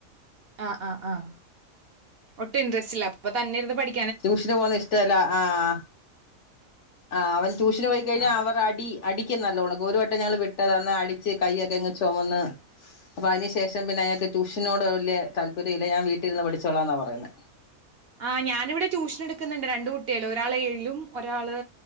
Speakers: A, on the right; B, on the left.
A: ആ ആ ആഹ്, ഒട്ടും ഇൻട്രസ്റ്റ്ല്ല. അപ്പൊ തന്നെ ഇര്ന്ന് പഠി
B: ട്യൂഷന് പോകുന്നേ ഇഷ്ടല്ല ആഹ്. ആ അവൻ ട്യൂഷന് പോയി കഴിഞ്ഞാ
A: ആഹ്
B: അവർ അടി അടിക്കും നല്ലോണൊ ഒരുവട്ടം ഞങ്ങള് വിട്ടത. അന്ന് അടിച്ച് കയ്യൊക്കെ ഇങ്ങ് ചൊമന്ന് അപ്പൊ അതിന്ശേഷം പിന്നെ അയാക്ക് ട്യൂഷനോട് വല്ല്യേ താല്പര്യല്ല ഞാൻ വീട്ടിര്ന്ന് പഠിച്ചോളാന്നാ പറയുന്നേ.
A: ആ ഞാനിവിടെ ട്യൂഷൻ എട്ക്കുന്നുണ്ട് രണ്ട് കുട്ടിയേള്. ഒരാളേഴിലും ഒരാള്